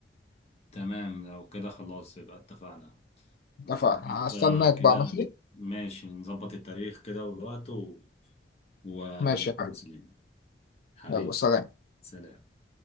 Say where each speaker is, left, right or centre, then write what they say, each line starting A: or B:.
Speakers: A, on the left (about 35°); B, on the left (about 55°).
A: تمام لو كده خلاص يبقى اتفقنا
B: اتفقنا
A: نظبط
B: هستناك
A: آه،
B: بقى
A: كده
B: ماشي
A: ماشي نظبط التاريخ كده والوقت و... ونكون
B: ماشي يا حبيبي
A: مسلمين حبيبي
B: يلا سلام
A: سلام